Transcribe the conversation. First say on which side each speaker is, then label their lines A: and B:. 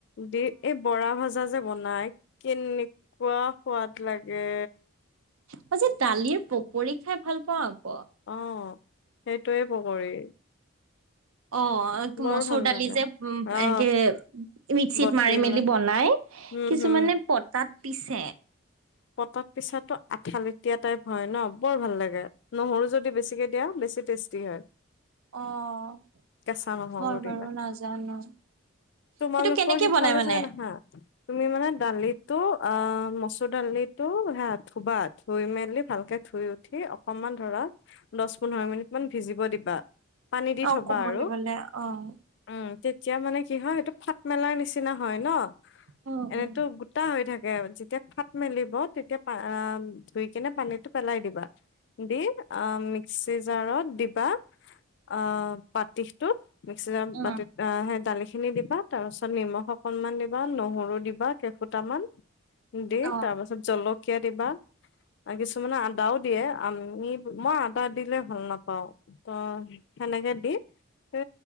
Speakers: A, on the left; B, on the right.
A: দি এই বৰা ভজা যে বনাই কেনেকুৱা সোৱাদ লাগে।
B: মইজি দালিৰ পকৰি খাই ভাল পাওঁ।
A: অ', সেইটোৱে পকৰী
B: অ',
A: বৰ
B: মচুৰ
A: ভাল
B: দালি
A: লাগে
B: যে উ
A: অ
B: এনেকে মিক্সিত
A: বটিল
B: মাৰি মেলি বনাই
A: উম
B: কিছুমানে
A: হম
B: পতাত পিছে
A: পটাত পিছাটো আঠালেতিয়া টাইপ হয় ন বৰ ভাল লাগে নহৰু যদি বেছিকে দিয়া বেছি টেষ্টি হয়।
B: অ',
A: কেঁচা নহৰু
B: মই
A: দিলে
B: বাৰু নাজানো।
A: তোমালোকৰ
B: সেইটো কেনেকে
A: সিফালে
B: বনাই মানে?
A: চাগে নাহা তুমি মানে দালিতো অ', মচ দালিটো ধুৱা ধুই মেলি ভালকৈ ধুই উঠি অকণমান ধৰা পোন্ধৰ মিনিট মান ভিজিব দিবা পানী দি
B: অ',
A: থবা
B: কোমলিবলে
A: আৰু
B: অ'।
A: উম এতিয়া মানে কি হয় সেইটো ফাট মেলাৰ নিচিনা হয় ন
B: উম,
A: এনেতো
B: উম,
A: গোটা হৈ থাকে যেতিয়া ফাট মেলিব তেতিয়া প ধুই কিনে পানীটো পেলাই দিবা। দি অ', মিক্সি জাৰত দিব অ', পতিটো মিক্সিত
B: অ',
A: পতিত সেই দালি খিনি দিবা তাৰ পিছত নিমখ অকনমান দিবা নহৰু দিবা কেইফুটামান দি
B: অ', অ
A: তাৰ পাছত জলকীয়া দিবা কিছুমানে আদাও দিয়ে আমি মই আদা দিলে ভাল নাপাও ত সেনেকে দি এ